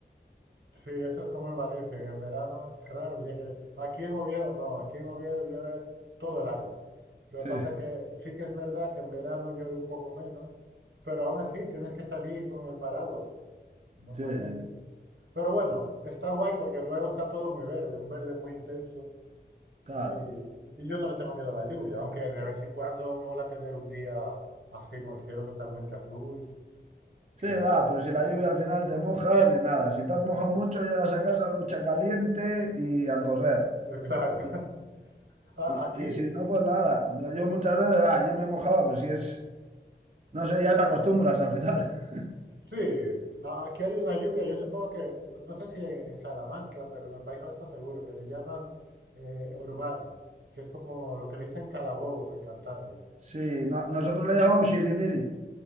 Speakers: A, on the right; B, on the right.
A: Sí, eso es como en Valencia, que en verano es raro el día que... Aquí en Oviedo no, aquí en Oviedo llueve todo el año. Lo
B: Sí.
A: que pasa es que sí que es verdad que en verano llueve un poco menos, pero aún así tienes que salir con el paraguas normalmente.
B: Sí, sí,
A: Pero bueno, está guay porque luego está todo muy verde, un verde muy intenso
B: claro.
A: y, y yo no le tengo miedo a la lluvia, aunque de vez en cuando mola tener un día así con el cielo totalmente azul, que
B: Sí, va, pero si la lluvia al final te mojas y nada, si te has mojado mucho, llegas a casa, ducha caliente y a correr.
A: eh, claro,
B: Y,
A: <laughs> a-
B: y-
A: aquí
B: y si no, pues nada. Yo muchas veces, ah, yo me mojaba, pero si es, no sé, ya te acostumbras al final. <laughs>
A: Sí, a- aquí hay una lluvia. Yo supongo que, no sé si en, en Salamanca, pero en el País Vasco seguro, que le llaman eh, orvallo, que es como lo que le dicen calabobos en Cantabria.
B: Sí, no- nosotros le llamamos shirimiri.